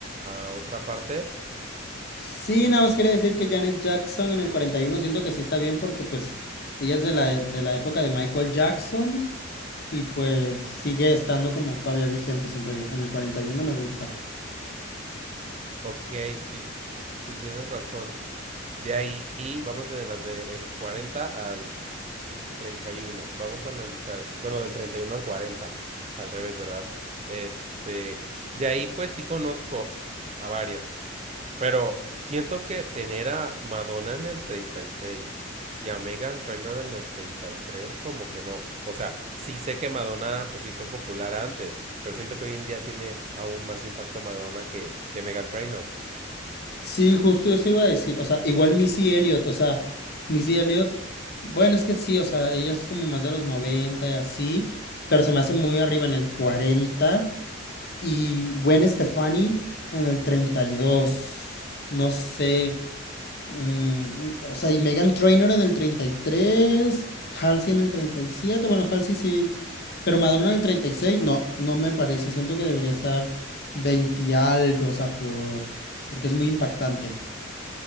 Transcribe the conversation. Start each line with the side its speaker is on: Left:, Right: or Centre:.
Right: a otra parte.
Left: Sí, nada más quería decir que Janet Jackson en el 41 siento que sí está bien porque pues ella es de la, e- de la época de Michael Jackson y pues sigue estando como todavía vigente, siento yo. En el 41 me gusta.
Right: Ok, sí, sí tienes razón. De ahí vamos de las del 40 al treinta y uno Vamos a analizar esas. Bueno, del 31 al cuarenta Al revés, ¿verdad? Este, de ahí pues sí conozco a varias. Pero siento que tener a Madonna en el treinta y seis y a Megan Trainor en el 33 como que no. O sea, sí sé que Madonna pues hizo popular antes, pero siento que hoy en día tiene aún más impacto Madonna que, que Megan Trainor.
Left: Sí, justo eso iba a decir. O sea, igual Missy Elliott, o sea, Missy Elliott, bueno, es que sí, o sea, ella es como más de los 90 y así, pero se me hace muy arriba en el cuarenta Y Gwen Stefani en el 32, No sé. mm, o sea, y Megan Trainor en el 33, Halsey en el treinta y siete, Bueno, Halsey sí, pero Madonna en el 36, no, no me parece. Siento que debería estar 20 y algo, o sea, por, porque es muy impactante.